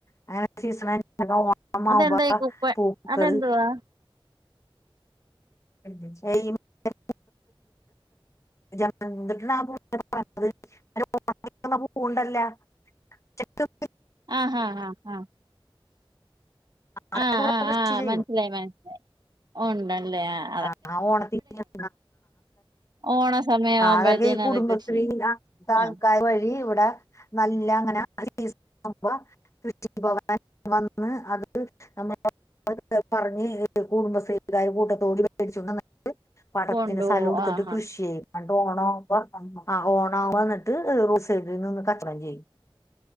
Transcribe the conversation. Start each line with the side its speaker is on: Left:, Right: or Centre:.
Left: അങ്ങനെ സീസ പിന്നെ ഓണമാവുമ്പോൾ
Right: അതെന്തായി കുപ്പ
Left: പൂക്കള്
Right: അതെന്തുവാ
Left: <unintelligible> ജമന്തി ന്നാണ് പൂവ് ഓണത്തിന് വക്കണപൂവ്ണ്ടല്ല ചെത്തി
Right: ആഹ ഹ ആ ആ
Left: അതൊക്കെ
Right: ആഹ്
Left: ഇവിടെ
Right: ആഹ്
Left: കൃഷി
Right: ആഹ്
Left: ചെയ്യും
Right: മനസ്സിലായി മനസ്സിലായി ഉണ്ടല്ലേ ആ
Left: ആ ഓണത്തിനൊക്കെ
Right: ഓണ സമയം ആവുമ്പോഴത്തേന്
Left: അതൊക്കെ ഈ കുടുംബശ്രീ
Right: അത് കൃഷി
Left: താൽക്കാര്
Right: ആ
Left: വഴി ഇവിടെ നല്ല അങ്ങനെ <unintelligible> പോകുമ്പ കൃഷി ഭവൻല് വന്ന് അത് നമ്മള അത് പറഞ്ഞ് കുടുംബശ്രീകാര് കൂട്ടത്തോടെ ടിച്ചോണ്ട് വന്നിട്ട് പാട്ടത്തിന്
Right: കൊണ്ടുപോകും
Left: സ്ഥലം എടുത്തിട്ട്
Right: ആ ഹാ
Left: കൃഷി ചെയ്യും എന്നിട്ട് ഓണം ഓണാവുമ്പോ എന്നിട്ട് റോഡ് സൈഡിൽ നിന്ന് കച്ചവടം ചെയ്യും